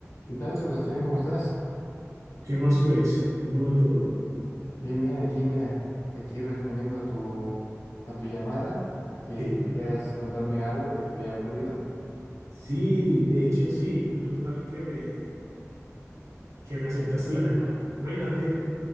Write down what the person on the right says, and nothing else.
¿Qué más pues? ¿Cómo va todo?
Sí,
sí, de hecho sí, menos mal que me, que me aceptaste la llamada. Imagínate